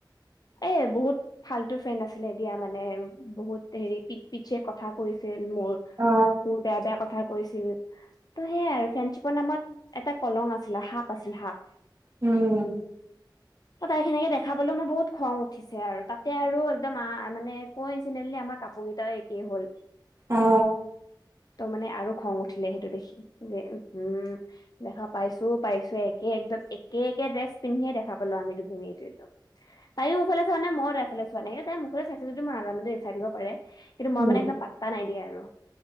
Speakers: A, on the left (about 55°); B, on the right (about 45°).
A: এ বহুত ফাল্তু ফ্ৰেণ্ড আছিলে দিয়া মানে, বহুত হেৰি পিক পিক চে কথা কৰিছিল মোৰ,
B: অ
A: মোৰ বেয়া বেয়া কথা কৈছিল। ত' সেয়াই আৰু ফ্ৰেণ্শ্বিপৰ নামত এটা কলং আছিলে, সাপ আছিল সাপ।
B: উম
A: তহ তাইক সেনেকে দেখা পালোঁ, মোৰ বহুত খং উঠি চে আৰু তাতে আৰু একদম আ মানে ক-ইঞ্চিদেণ্টলী আমাৰ কাপোৰ কেইটাও এক কি হ'ল?
B: অ
A: ত' মানে আৰু খং উঠিলে, সেইটো দেখি যে হে উম, উম। দেখা পাইছোও পাইছো, একে একদম একে-একে ড্ৰেছ পিন্ধিয়ে দেখা পালো আমি দুজনীটো। তাইও মোৰ ফালে চোৱা নাই, মই তাইফালে চোৱা নাই, কিন্তু তাই মোৰফালে চাইছে যদি মই নাজানো দেই, চাই থাকিব পাৰে। কিন্তু মই
B: উম
A: মানে একদম পাত্তা নাই দিয়া আৰু